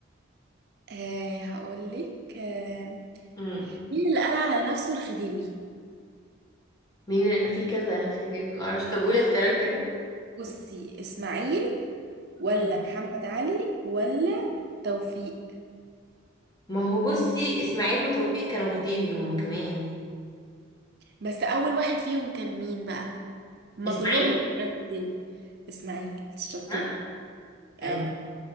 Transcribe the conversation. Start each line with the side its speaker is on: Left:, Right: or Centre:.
Right: آه هقولك آه
Left: امم
Right: مين اللي قال على نفسه الخديوي
Left: مين ال... في كذا خديوي ما اعرفش طب قولي اختيارات كده
Right: بصي إسماعيل ولا
Left: مم.
Right: محمد علي ولا توفيق
Left: ما هو بصي اسماعيل وتوفيق كانوا خديوي هما كمان
Right: بس اول واحد فيهم كان مين بقى هما
Left: اسماعيل
Right: كلهم اتجابوا غداوي اسماعيل شطور
Left: ها أي.
Right: اه